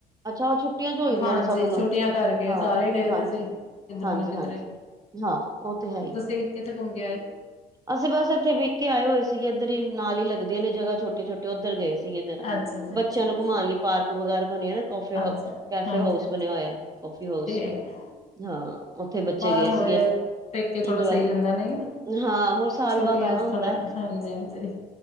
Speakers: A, on the right; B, on the left.
A: ਅੱਛਾ ਉਹ ਛੁੱਟੀਆਂ ਚ ਹੋਈ ਦੀਆਂ
B: ਹਾਂਜੀ
A: ਨੇ ਸਭ
B: ਛੁੱਟੀਆਂ
A: ਨੂੰ
B: ਕਰਕੇ
A: ਹਾਂ
B: ਸਾਰੇ ਗਏ
A: ਹਾਂਜੀ।
B: ਦੇ ਸੀ ਕਿੱਧਰੇ
A: ਹਾਂਜੀ
B: ਨਾ ਕਿੱਧਰੇ
A: ਹਾਂਜੀ ਹਾਂ ਉਹ ਤੇ ਹੈਈ।
B: ਤੁਸੀਂ ਕਿੱਥੇ ਘੁੰਮ ਕੇ ਆਏ
A: ਅਸੀਂ ਬਸ ਇੱਥੇ ਵਿਕ ਕੇ ਆਏ ਹੋਏ ਸੀਗੇ ਇੱਧਰ ਹੀ ਨਾਲ ਹੀ ਲਗਦੀਆਂ ਨੇ ਜਗ੍ਹਾ ਛੋਟੇ ਛੋਟੇ ਉੱਧਰ ਗਏ ਸੀ। ਸੀ ਇਧਰ
B: ਅੱਛਾ ਜੀ
A: ਬੱਚਿਆਂ
B: ਅੱਛਾ
A: ਨੂੰ ਘੁਮਾਉਣ ਲਈ ਪਾਰਕ ਵਗੈਰਾ ਬਣਿਆ ਨਾ। ਕਫੇ
B: ਅੱਛਾ ਜੀ
A: ਕੈਫੇ
B: ਹਾਂਜੀ
A: ਹਾਊਸ
B: ਹਾਂਜੀ
A: ਬਣਿਆ ਹੋਇਆ ਕਾਫੀ ਹਾਊਸ
B: ਠੀਕ ਹੈ
A: ਹਾਂ। ਉੱਥੇ ਬੱਚੇ
B: ਬਾਹਰ
A: ਗਏ
B: ਹੋਵੇ
A: ਸੀਗੇ।
B: ਪੇਕੇ ਥੋੜਾ
A: ਇੰਜੋਏ
B: ਸਹੀ ਰਹਿੰਦਾ ਨਹੀਂ
A: ਹਾਂ ਹੋਰ ਸਾਲ
B: ਛੁੱਟੀਆਂ
A: ਬਾਅਦ ਆਣਾ
B: ਚ
A: ਹੁੰਦਾ।
B: ਥੋੜਾ ਹਾਂਜੀ ਹਾਂਜੀ